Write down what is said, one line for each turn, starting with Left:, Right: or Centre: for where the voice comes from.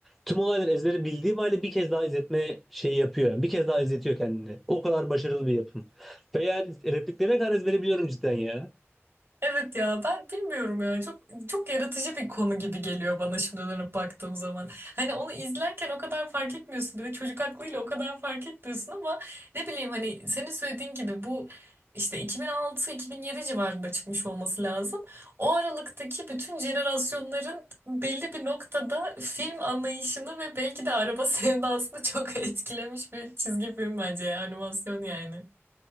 Centre: Tüm olayları ezbere bildiğim halde bir kez daha izletme şeyi yapıyor. Yani bir kez daha izletiyor kendini. O kadar başarılı bir yapım. Ve yani repliklerine kadar ezbere biliyorum cidden ya.
Right: Evet ya ben bilmiyorum ya çok çok yaratıcı bir konu gibi geliyor bana şimdi dönüp baktığım zaman. Hani onu izlerken o kadar fark etmiyorsun bir de çocuk aklıyla o kadar fark etmiyorsun ama ne bileyim hani senin söylediğin gibi bu işte 2006-2007 civarında çıkmış olması lazım. O aralıktaki bütün jenerasyonların belli bir noktada film anlayışını ve belki de araba <laughs> sevdasını çok etkilemiş bir çizgi film bence ya, animasyon yani.